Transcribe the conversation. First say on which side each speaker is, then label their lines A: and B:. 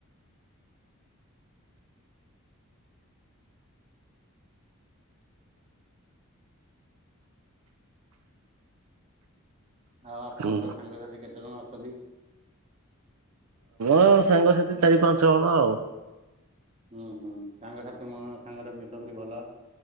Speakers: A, on the right; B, on the right.
A: ଆଉ ଆପଣଙ୍କର
B: ହୁଁ।
A: ସାଙ୍ଗସାଥି କେତେ ଜଣ ଅଛନ୍ତି?
B: ହଁ ସାଙ୍ଗସାଥି ଚାରି ପାଞ୍ଚ ଜଣ ଆଉ।
A: ହୁଁ ହୁଁ ସାଙ୍ଗସାଥି ମୋ ସାଙ୍ଗରେ ମିଶନ୍ତି ଭଲ।